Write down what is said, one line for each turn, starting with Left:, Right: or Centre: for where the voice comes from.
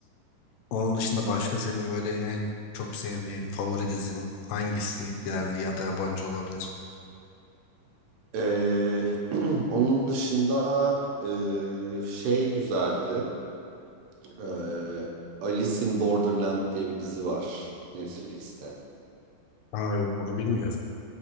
Left: Onun dışında başka senin böyle en çok sevdiğin favori dizin hangisi? Yerli ya da yabancı olabilir.
Right: Ee, <clears throat> onun dışında e, şey güzeldi. Ee, Alice in Borderland diye bir dizi var Netflix'te.
Left: Aa yok onu bilmiyorum.